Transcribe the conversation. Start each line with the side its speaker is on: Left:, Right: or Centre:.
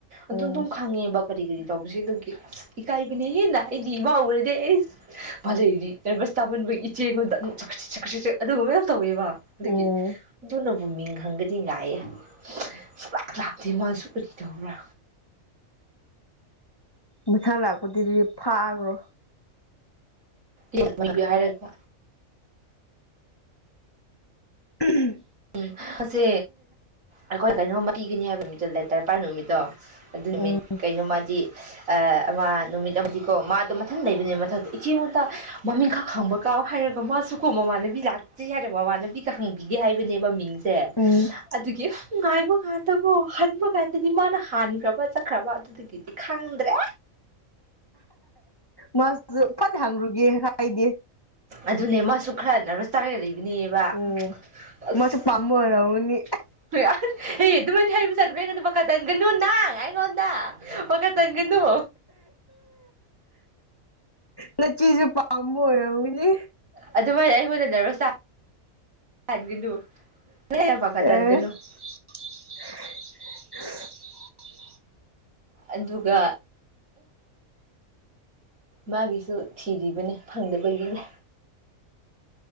Left: ꯎꯝ
Right: ꯑꯗꯨꯝ ꯑꯗꯨꯝ
Left: ꯎꯝ
Right: ꯈꯪꯉꯦꯕ ꯀꯔꯤ ꯀꯔꯤ ꯇꯧꯕꯁꯦ ꯑꯗꯨꯝꯒꯤ ꯏꯀꯥꯏꯕꯅꯦ ꯍꯦꯟꯅ ꯑꯩꯗꯤ ꯏꯃꯥꯎꯈꯔꯗꯤ ꯑꯩ ꯐꯖꯩꯗꯤ ꯔ ꯁꯥꯕ ꯏ ꯆꯦꯡꯒ ꯑꯗꯨꯒꯨꯝꯕ ꯌꯥꯝ ꯇꯧꯋꯦꯕ ꯑꯗꯒꯤ
Left: ꯎꯝ
Right: ꯑꯗꯨꯅ ꯕꯨ ꯃꯤꯡ ꯈꯪꯒꯗꯤ ꯉꯥꯏꯌꯦ ꯁꯨꯡꯂꯥꯛ ꯂꯥꯛꯞꯇꯦ ꯃꯥꯅ ꯁꯨꯞꯂꯗꯤꯗꯧꯕ꯭ꯔꯥ
Left: ꯃꯊꯪ ꯂꯥꯛꯄꯗꯨꯗꯤ ꯐꯥꯈꯔꯣ
Right: ꯏ ꯃꯕꯤ ꯍꯥꯏꯔꯜꯄꯥ
Left: ꯎꯝ
Right: ꯎꯝ ꯑꯁꯤ ꯑꯩꯈꯣꯏ ꯀꯩꯅꯣꯝꯃ ꯄꯤꯒꯅꯤ ꯍꯥꯏꯕ ꯃꯤꯠꯇꯣ ꯂꯦꯇꯔ ꯄꯥꯏꯅꯕ ꯅꯨꯃꯤꯠꯇꯣ ꯑꯗꯨ ꯅꯨꯃꯤꯠ
Left: ꯎꯝ
Right: ꯀꯩꯅꯣ ꯃꯥꯗꯤ ꯑꯃ ꯅꯨꯃꯤꯠ ꯑꯃꯗꯤꯀꯣ ꯃꯥꯗꯣ ꯃꯊꯪ ꯂꯩꯕꯅꯦ ꯃꯊ ꯏꯆꯦꯉꯣꯟꯗ ꯃꯃꯤꯡꯈꯛ ꯍꯪꯕ ꯀꯥꯎ ꯍꯥꯏꯔꯒ ꯃꯥꯁꯨ ꯀꯣ ꯃꯃꯥꯟꯅꯕꯤ ꯂꯥꯛꯇꯦ ꯍꯥꯏꯔ ꯃꯃꯥꯟꯅꯕꯤꯒ ꯍꯪꯕꯤꯒꯦ ꯍꯥꯏꯕꯅꯦ ꯃꯃꯤꯡꯁꯦ ꯁꯦ
Left: ꯎꯝ
Right: ꯑꯗꯨꯒꯤ ꯉꯥꯏꯕ ꯀꯥꯟꯗꯀꯣ ꯍꯟꯕ ꯀꯥꯟꯗꯗꯤ ꯃꯥꯅ ꯍꯥꯟꯈ꯭ꯔꯕ ꯆꯠꯈ꯭ꯔꯕ ꯑꯗꯨꯗꯒꯤꯗꯤ ꯈꯪꯗ꯭ꯔꯦ
Left: ꯃꯥꯁꯨ ꯐꯠ ꯍꯪꯂꯨꯒꯦ ꯍꯥꯏꯗꯦ
Right: ꯑꯗꯨꯅꯦ ꯃꯁꯨ ꯈꯔ ꯅꯔꯚꯁ ꯇꯥꯔꯒ ꯂꯩꯕꯅꯦꯕ
Left: ꯎꯝ
Right: ꯕ ꯑꯁ
Left: ꯃꯥꯁꯨ ꯄꯥꯝꯕ ꯑꯣꯏꯔꯝꯒꯅꯤ
Right: ꯑꯦ ꯑꯗꯨꯃꯥꯏꯅ ꯍꯥꯏꯔꯤꯕ ꯆꯗ ꯑꯩꯉꯣꯟꯗ ꯃꯈꯥ ꯇꯟꯒꯅꯨ ꯅꯍꯪ ꯑꯩꯉꯣꯟꯗ ꯃꯈꯥ ꯇꯟꯒꯅꯨ
Left: ꯅꯆꯤꯁꯨ ꯄꯥꯝꯕ ꯑꯣꯏꯔꯝꯃꯤꯅꯦ
Right: ꯑꯗꯨꯃꯥꯏꯅ ꯑꯩ ꯍꯣꯟꯗꯗꯔꯕ ꯆꯒꯅꯨꯦ ꯐꯈꯠ ꯇꯍꯟꯒꯅꯨ
Left: ꯑꯦ
Right: <unintelligible>
Left: <inaudible>
Right: ꯑꯗꯨꯒ ꯃꯥꯒꯤꯁꯨ ꯊꯤꯔꯤꯕꯅꯦ ꯐꯪꯗꯕꯒꯤꯅꯦ